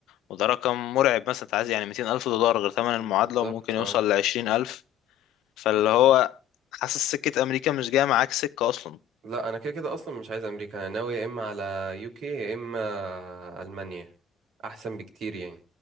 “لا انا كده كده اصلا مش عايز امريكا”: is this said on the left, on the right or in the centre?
Right